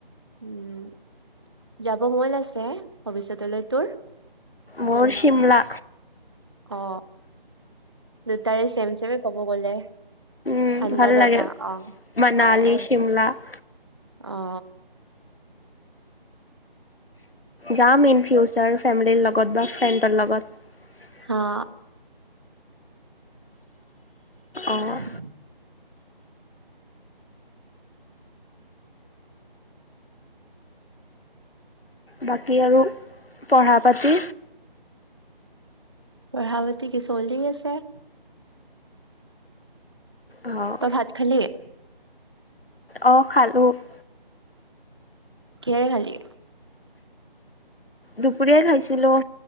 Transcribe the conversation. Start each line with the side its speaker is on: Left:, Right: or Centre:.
Right: উম যাব মন আছে ভৱিষ্্যতলৈ তোৰ <inaudible>
Left: মোৰ, চিমলা।
Right: অ দুটাৰে চেম চেমে ক'ব গলে
Left: উ
Right: ঠাণ্ডা
Left: ভাল লাগে
Right: জাগা অ
Left: মনালী
Right: হয়
Left: শিমলা <unintelligible>
Right: অ
Left: যাম, ইন ফিউচাৰ ফেমিলিৰ লগত। লগত বা ফ্ৰেণ্ডৰ লগত।
Right: হা
Left: অ'।
Right: উম
Left: বাকী আৰু পঢ়া পাতি
Right: পঢ়াৱতি কি চহলছেে <inaudible>
Left: অ',
Right: তব ভাত খালি <inaudible>
Left: অ খালো <inaudible>
Right: কিহেৰে খালি?
Left: দুপৰীয় খাইছিলো